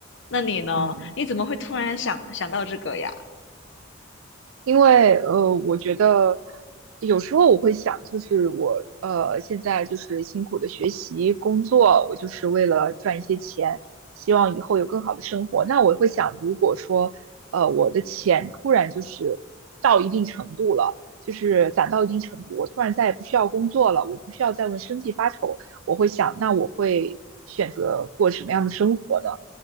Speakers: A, on the left (about 60°); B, on the right (about 80°).
A: 那你呢？
B: 嗯，
A: 你怎么会突然想想到这个呀？
B: 因为呃，我觉得有时候我会想，就是我呃现在就是辛苦的学习工作，我就是为了赚一些钱，希望以后有更好的生活。那我会想，如果说呃我的钱突然就是到一定程度了，就是攒到一定程度，我突然再也不需要工作了，我不需要再为生计发愁，我会想，那我会选择过什么样的生活呢？